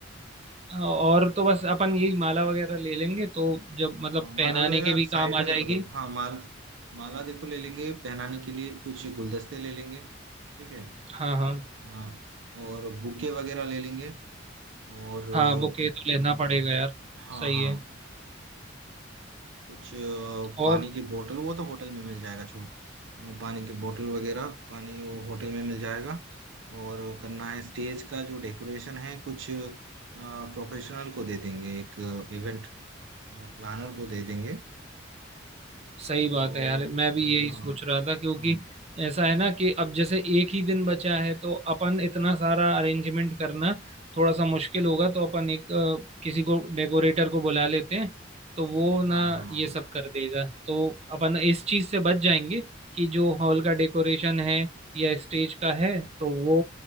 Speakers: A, on the right; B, on the right.
A: अ, और तो बस अपन यही माला वगैरह ले लेंगे तो जब मतलब
B: हाँ माला
A: पहनाने
B: वगैरह
A: के भी
B: साइड
A: काम
B: में
A: आ जाएगी
B: देखो देखो हाँ माल माला देखो ले लेंगे पहनाने के लिए कुछ गुलदस्ते ले लेंगे ठीक है
A: हाँ हाँ
B: हाँ और बुके वगैरह ले लेंगे और अ,
A: हाँ बुके तो लेना पड़ेगा यार
B: हाँ
A: सही
B: हाँ
A: है
B: कुछ अ,
A: और
B: पानी की बोतल वो तो होटल में मिल जाएगा छोड़ो अ, पानी की बोतल वगैरह पानी वो होटल में मिल जाएगा और करना है स्टेज का जो डेकोरेशन है कुछ प्रोफेशनल को दे देंगे एक इवेंट प्लानर को दे देंगे
A: सही
B: तो
A: बात है यार मैं भी यही
B: हाँ
A: सोच रहा था क्योंकि ऐसा है ना कि अब जैसे एक ही दिन बचा है तो अपन इतना सारा अरेंजमेंट करना थोड़ा सा मुश्किल होगा तो अपन एक अ, किसी को डेकोरेटर को बुला लेते हैं तो वो ना
B: हाँ हाँ
A: ये
B: हाँ
A: सब कर देगा तो अपन इस चीज से बच जाएंगे कि जो हॉल का डेकोरेशन है या स्टेज का है तो वो